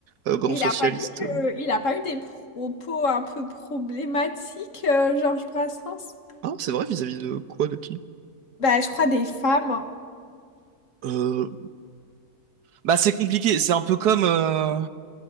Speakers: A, on the right; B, on the left.
A: Euh, grand
B: Il
A: socialiste.
B: a pas dit que
A: euh.
B: il a pas eu des propos un peu problématiques, euh, Georges Brassens?
A: Ah, c'est vrai, vis-à-vis de quoi, de qui?
B: Bah je crois des femmes.
A: Euh, Bah c'est compliqué, c'est un peu comme... euh,